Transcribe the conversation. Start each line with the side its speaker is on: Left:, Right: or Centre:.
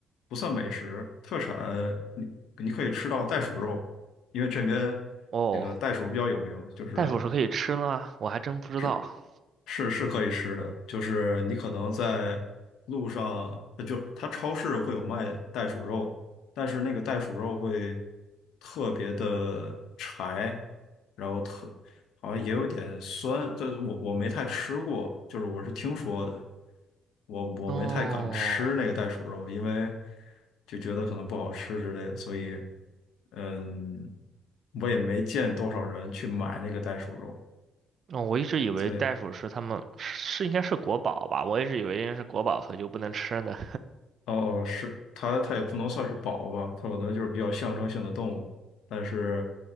Left: 不算美食，特产你你可以吃到袋鼠肉，因为这边那个袋鼠比较有名，
Right: 哦，
Left: 就是
Right: 袋鼠是可以吃的吗？我还真不知道。
Left: 这是是可以吃的，就是你可能在路上，呃就是它超市会有卖袋鼠肉，但是那个袋鼠肉会特别的柴，然后特好像也有点酸，这我我没太吃过，就是我是听说的，我我没太敢吃那个袋鼠肉，
Right: 哦。
Left: 因为就觉得可能不好吃之类的，所以嗯，我也没见多少人去买那个袋鼠肉，
Right: 哦，我一直以为袋鼠是他们是应该是国宝吧，
Left: 所以。
Right: 我一直以为应该是国宝，所以就不能吃呢。
Left: 哦哦是它，它也不能算是宝吧，它可能就是比较象征性的动物。但是